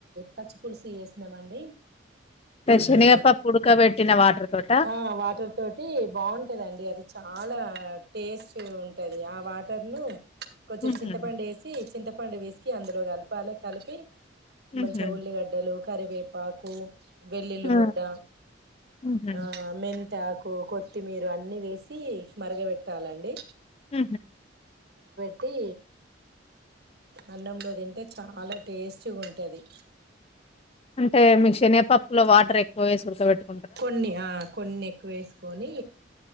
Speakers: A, on the right; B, on the left.
A: పచ్చిపులుసు చేసినం అండి
B: శనగపప్పు
A: ఆ
B: ఉడకబెట్టిన వాటర్ తోటా?
A: ఆ వాటర్ తోటి బాగుంటదండి అది చాలా టేస్ట్ ఉంటది ఆ వాటర్ను కొంచెం
B: హుహు.
A: చింతపండు వేసి చింతపండు పిసికి అందులో కలపాలి కలిపి
B: హుహు.
A: మంచిగా ఉల్లిగడ్డలు కరివేపాకు వెల్లుల్లి
B: ఆ!
A: ముద్ద
B: హుహు.
A: ఆ మెంతాకు కొత్తిమీర ఇవన్నీ వేసి మరగ పెట్టాలండి
B: హ
A: అట్టి అన్నంలో తింటే చాలా టేస్ట్గా ఉంటది
B: అంటే మీకు శనపప్పులో వాటర్ ఎక్కువ వేసి ఉడకబెడతా
A: కొన్ని ఆ కొన్ని ఎక్కువ వేసుకొని